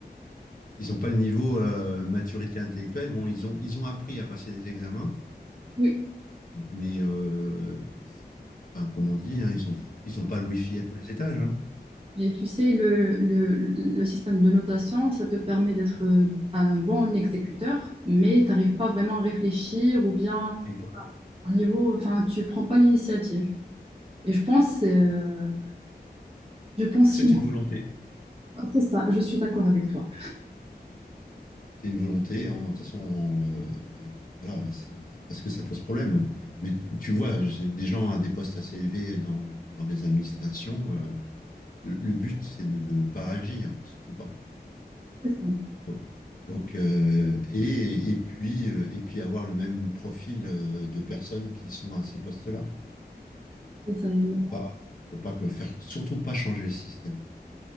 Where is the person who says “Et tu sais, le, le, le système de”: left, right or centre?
Right